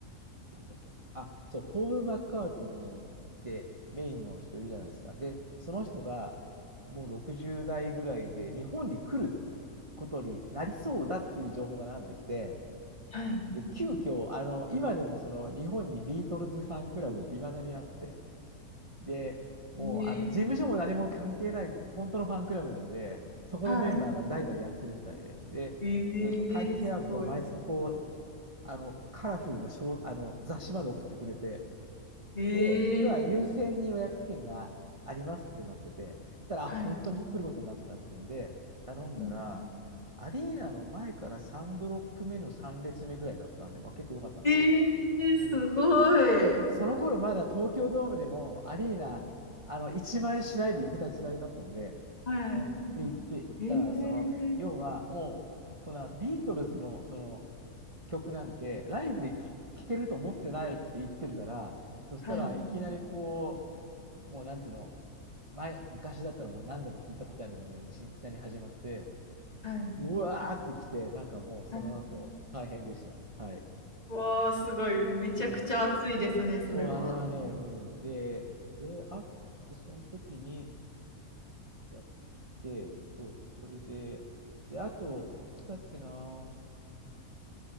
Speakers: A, on the right; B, on the left.
A: なんだっけな、あ、そう、ポール・マッカートニーってメインの人いるじゃないですか。で、その人がもう60代ぐらいで日本に来ることになりそうだっていう情報が流れてきて、
B: はい。
A: で、急遽、あの、今でもその日本にビートルズファンクラブっていまだにあって、で、もうあの事務所も何も関係ない、
B: ええ
A: 本当のファンクラブなので、そこのメンバーが代々やってるみたいで、
B: はい。
A: で、
B: え
A: えーと、会費選ぶと毎月こう、
B: えすごい。
A: あのカラフルなショー、あの雑誌まで送ってくれて、
B: ええ
A: で、要は優先に予約券がありますってなってて、たら、
B: はい。
A: あ、本当に来ることになったってんで、頼んだら、
B: うん。
A: アリーナの前から3ブロック目の3列目ぐらいだったんで、まあ、結構良かったんですけど、
B: ええすごい。
A: うんで、その頃まだ東京ドームでもアリーナ、あの、1万円しないで行けた時代だったので、
B: は
A: うんで、行って、行ったら、
B: い。ええ
A: その、要はもう、そんなビートルズのその曲なんて、ライブで聴聴けると思ってないくて行ってるから、そしたらいきなりこ
B: はい。
A: う、もうなんていうの、前、昔だったらもう何度も聞いたことあるのがいきなり始まって、
B: はい。
A: うわーってきて、なんかもうその後、
B: はい。
A: 大変でした。はい。
B: わあ、すごい。めちゃくちゃ熱いですね、
A: ね
B: それは。
A: そう、あれはね、うん。で、で、あ、で、その時にやって、そう、それで、で、あと、いつだっけな、